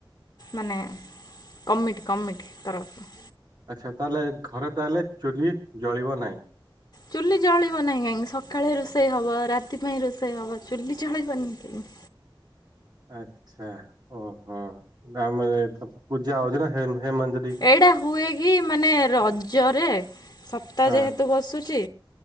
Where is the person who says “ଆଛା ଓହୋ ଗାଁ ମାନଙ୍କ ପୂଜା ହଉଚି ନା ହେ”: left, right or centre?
Right